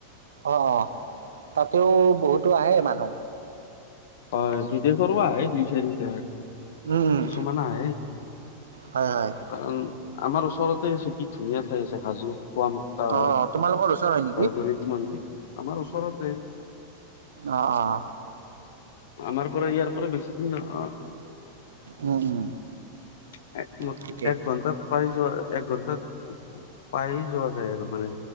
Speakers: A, on the right; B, on the left.
A: অ অ তাতেও বহুতো আহে মানুহ
B: হয় বিদেশৰো আহে দুই চাৰিটা
A: উম উম
B: কিছুমান আহে
A: হয় হয়
B: কাৰণ আমাৰ ওচৰতে আছো কি ধুনীয়া ঠাই আছে হাজো কোৱা মুুা
A: অ
B: হওক
A: তোমালোকৰ ওচৰ হয় নেকি
B: বৰগুৰিত মন্দিৰ আমাৰ ওচৰতে
A: অঁ অ
B: আমাৰ পৰা ইয়াৰ পৰা বেছিদিন নহয়
A: উম উম
B: এক
A: ঠিকেই
B: এক ঘন্টাত পাৰি যোৱা আৰু এক ঘণ্টাত পায়েই যোৱা যায় আৰু মানে